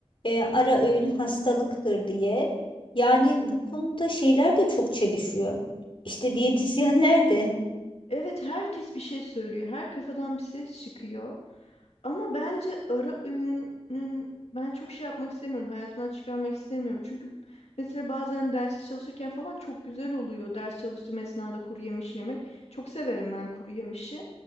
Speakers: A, on the left; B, on the left.
A: E, ara öğün hastalıktır diye. Yani bu konuda şeyler de çok çelişiyor. İşte diyetisyenler de
B: Evet herkes bir şey söylüyor. Her kafadan bir ses çıkıyor. Ama bence ara öğünün ben çok şey yapmak istemiyorum. Hayatımdan çıkarmak istemiyorum. Çünkü mesela bazen ders çalışırken falan çok güzel oluyor. Ders çalıştığım esnada kuru yemiş yemek. Çok severim ben kuru yemişi.